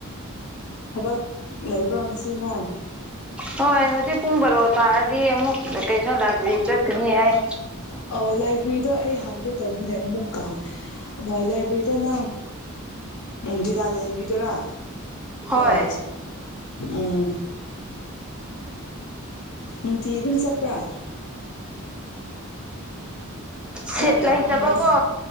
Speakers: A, on the left; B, in the centre.
A: ꯊꯕꯛ ꯂꯩꯕ꯭ꯔꯣ ꯉꯁꯤꯅꯦ
B: ꯍꯣꯏ ꯍꯧꯖꯤꯛ ꯄꯨꯡ ꯕꯔꯣ ꯇꯥꯔꯗꯤ ꯑꯃꯨꯛ ꯀꯩꯅꯣ ꯂꯥꯏꯕ꯭ꯔꯦꯔꯤ ꯆꯠꯄꯅꯤ ꯍꯥꯏ
A: <inaudible> ꯑꯥ ꯂꯥꯏꯕ꯭ꯔꯦꯔꯤꯗꯣ ꯑꯩ ꯍꯪꯒꯦ ꯇꯧꯕꯅꯦ ꯑꯃꯨꯛ ꯀꯧꯍꯧ ꯂꯥꯏꯕ꯭ꯔꯦꯔꯤꯗꯣ ꯅꯪ ꯗꯤ ꯂꯥꯂꯡꯒꯤꯗꯔꯥ
B: ꯍꯣꯏ
A: ꯑ ꯎꯝ ꯅꯨꯡꯇꯤ ꯑꯗꯨꯝ ꯆꯄ꯭ꯔ
B: ꯁꯦꯠ
A: ꯀꯌꯥ
B: ꯂꯩꯇꯕꯀꯣ
A: ꯆꯪꯕ꯭ꯔꯥ